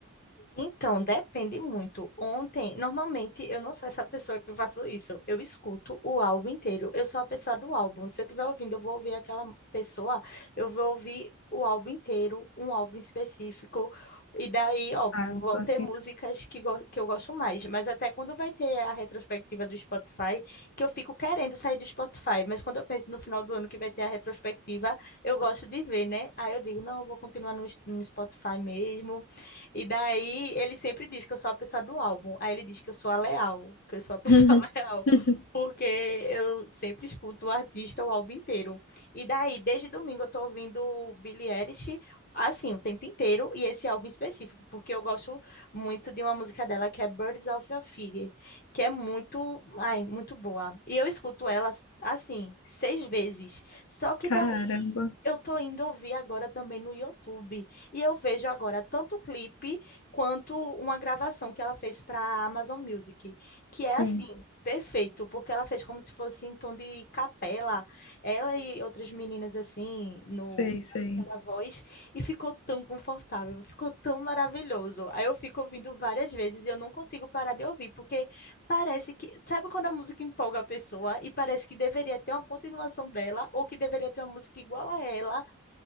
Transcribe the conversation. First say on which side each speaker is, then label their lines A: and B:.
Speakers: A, on the left; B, on the left.
A: Então, depende muito. Ontem, normalmente, eu não sou essa pessoa que faço isso. Eu escuto o álbum inteiro. Eu sou a pessoa do álbum. Se eu estiver ouvindo, eu vou ouvir aquela pessoa, eu vou ouvir o álbum inteiro, um álbum específico. E daí, óbvio,
B: Ah, não
A: vão
B: sou assim.
A: ter músicas que, go- que eu gosto mais. Mas até quando vai ter a retrospectiva do Spotify, que eu fico querendo sair do Spotify. Mas quando eu penso no final do ano que vai ter a retrospectiva, eu gosto de ver, né? Aí eu digo, não, eu vou continuar no, no Spotify mesmo. E daí ele sempre diz que eu sou a pessoa do álbum. Aí ele diz que eu sou a leal, que eu sou a pessoa
B: <laughs>
A: <laughs> leal, porque eu sempre escuto o artista o álbum inteiro. E daí, desde domingo, eu tô ouvindo Billie Eilish. Assim, o tempo inteiro, e esse álbum específico, porque eu gosto muito de uma música dela que é Birds of a Feather, que é muito, ai, muito boa. E eu escuto ela, assim, seis vezes. Só que
B: Caramba,
A: daí, eu tô indo ouvir agora também no YouTube e eu vejo agora tanto o clipe quanto uma gravação que ela fez para a Amazon Music, que é
B: sim,
A: assim, perfeito, porque ela fez como se fosse em tom de capela, ela e outras meninas assim, no
B: sei, sei.
A: na segunda voz, e ficou tão confortável, ficou tão maravilhoso. Aí eu fico ouvindo várias vezes e eu não consigo parar de ouvir, porque parece que, sabe quando a música empolga a pessoa e parece que deveria ter uma continuação dela ou que deveria ter uma música igual a ela